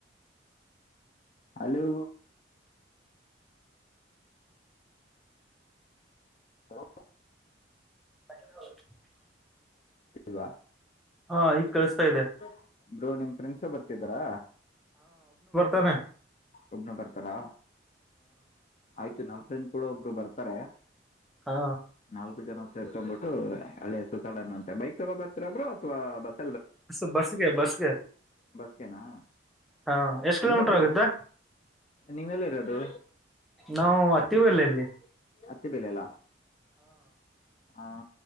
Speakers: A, on the left; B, in the centre.
A: ಹಲೋ. ಹಲೋ.
B: ಹ. <inaudible>
A: ಲ್ವಾ.
B: ಹಾ
A: <inaudible>
B: ಈಗ ಕಳಿಸ್ತಾ ಇದೆ
A: ಬ್ರೋ ನಿಮ ಪ್ರಿನ್ಸಿ ಬರ್ತಿದರಾ.
B: ತನ್ನ
A: ಒಬ್ನು ಬರ್ತಾರಾ ಆಯ್ತು ನಮ್ ಫ್ರೆಂಡ್ ಕೂಡ ಒಬ್ರು ಬರ್ತಾರೆ
B: ಹಾ
A: ನಾಲ್ಕು ಜನ ಸೇರ್ಕೊಂಡ್ಬಿಟ್ಟು ಅಳೆ ಸುತ್ತಾಡನ್ನು ಅಂತೆ ಬೈಕ್ ತಗೊ ಬರ್ತರಬ್ರು ಅಥವಾ ಬಸ್
B: ಅ ಬಸ್ಗೆ ಬಸ್ಗೆ
A: ಬಸ್ಗೆನಾ
B: ಹಾ ಎಷ್ಟ ಕಿಲೋಮೀಟರ್
A: ತುಂಬಾ ದೂರ
B: ಆಗುತ್ತಾ
A: ನೀವೆಲ್ಲ ಇರೋದು
B: ನಾವು ಹತ್ತಿ ಬಲ್ಲಲ್ಲಿ
A: ಹತ್ತೆ ಬೆಲೆ ಎಲ್ಲ ಆ